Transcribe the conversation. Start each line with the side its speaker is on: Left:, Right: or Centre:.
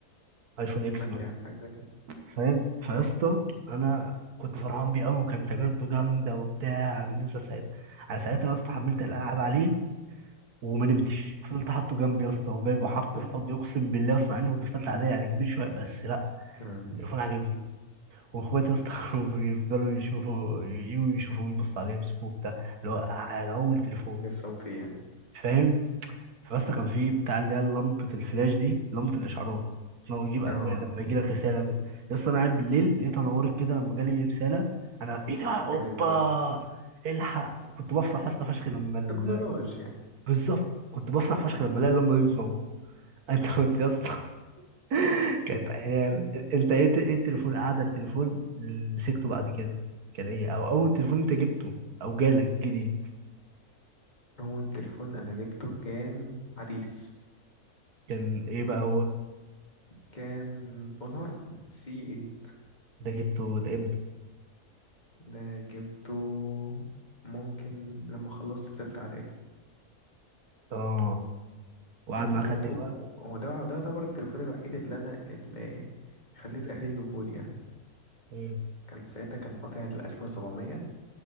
Right: ايفون اكس
Left: منجع
Right: مثلا.
Left: حاجة زي كده
Right: فاهم فيا اسطى انا كنت فرحان بيه قوي وكان كاميرته جامده وبتاع بالنسبه لساعتها انا ساعتها يا اسطى حملت الالعاب عليه وما نمتش فضلت حاطه جنبي يا اسطى وجايبه حاطه
Left: <laughs>
Right: في حضني اقسم بالله اصلا اني كنت في ثالثه اعدادي يعني كبير شويه بس لا
Left: مم.
Right: التليفون عاجبني واخواتي يا اسطى <laughs> كانوا بيفضلوا يشوفوا يجوا يشوفوه يبصوا عليه يمسكوه بتاع اللي هو على اول تليفون
Left: نفسهم فيه يعني
Right: فاهم فبس كان في بتاع اللي هي لمبة الفلاش دي لمبة الإشعارات لو يجيب ألوان
Left: اه
Right: لما يجي لك رسالة بجد. يا اسطى أنا قاعد بالليل لقيتها نورت كده لما جالي رسالة أنا إيه ده أوبا
Left: جنن ده بقى
Right: الحق كنت بفرح يا اسطى فشخ
Left: مم.
Right: لما ال...
Left: تكنولوجيا
Right: بالظبط كنت بفرح فشخ لما الاقي اللمبة دي بتنور <laughs> أنت كنت يا اسطى <laughs> كانت أيام
Left: <laughs>
Right: أنت إيه إيه التليفون قاعدة التليفون اللي مسكته بعد كده كان إيه أو أول تليفون أنت جبته أو جالك جديد
Left: هو التليفون انا جبته كان حديث
Right: كان إيه بقى هو
Left: كان اونر سي 8
Right: ده جبته ده إمتى؟
Left: ده جبته ممكن لما خلصت تالتة اعدادي
Right: آه وقعد معاك
Left: جبته
Right: قد إيه
Left: وده ده يعتبر التليفون الوحيد اللي انا اللي خليت اهلي يجيبهولي يعني
Right: مم.
Left: كان ساعتها كان قاطع ال 1700